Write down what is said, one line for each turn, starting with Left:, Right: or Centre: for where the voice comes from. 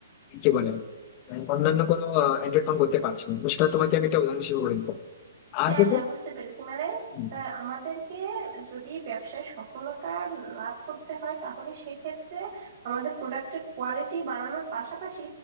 Left: কি বলে মানে অন্যান্য কোনো অ্যান্ড্রয়েড ফোন করতে পারছি না তো সেটা তোমাকে আমি একটা উদাহরণ হিসেবে বলে দিবো আর
Right: হ্যাঁ
Left: দেখো
Right: হ্যাঁ বুঝতে পেরেছি মানে
Left: হুম,
Right: আহ, আমাদেরকে যদি ব্যবসায় সফলতা লাভ করতে হয় তাহলে সেক্ষেত্রে আমাদের প্রোডাক্টের কোয়ালিটি বাড়ানোর পাশাপাশি